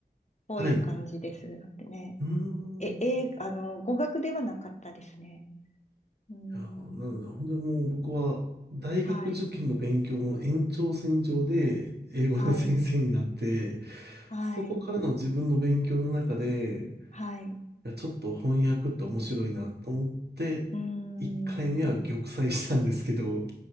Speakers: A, on the left; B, on the right.
A: ぽい感じです。
B: はい。
A: だってね。
B: うー
A: え、え、
B: ん。
A: あの、語学ではなかったですね。うん。
B: いや、なので、本当にもう僕は大学受験の勉強の延長線上で英語の先生になって、
A: はい。はい。はい。
B: そこからの自分の勉強の中で、
A: はい。
B: いや、ちょっと翻訳って面白いなと思って、
A: うん。
B: 1回目は玉砕したんですけど、